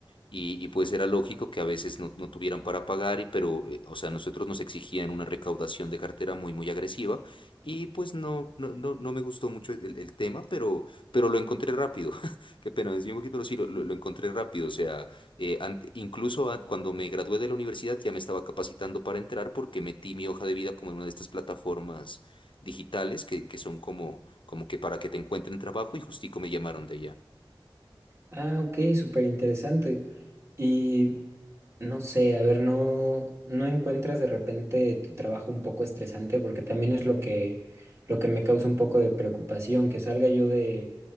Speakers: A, on the left; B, on the right.
A: y, y pues era lógico que a veces no, no tuvieran para pagar, y, pero, eh, o sea, nosotros nos exigían una recaudación de cartera muy, muy agresiva y pues no, no, no, no me gustó mucho el, el tema, pero, pero lo encontré rápido. <laughs> Qué pena, es un poquito, pero sí, lo, lo- lo encontré rápido. O sea, eh, ante- incluso a- cuando me gradué de la universidad ya me estaba capacitando para entrar porque metí mi hoja de vida como en una de estas plataformas digitales que, que son como, como que para que te encuentren trabajo y justico me llamaron de allá.
B: Ah, ok, súper interesante. Y no sé, a ver, ¿no, no encuentras de repente tu trabajo un poco estresante? Porque también es lo que, lo que me causa un poco de preocupación, que salga yo de,